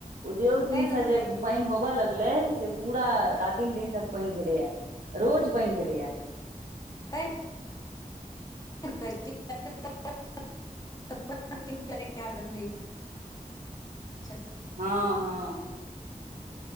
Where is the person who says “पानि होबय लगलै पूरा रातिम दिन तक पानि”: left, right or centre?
Right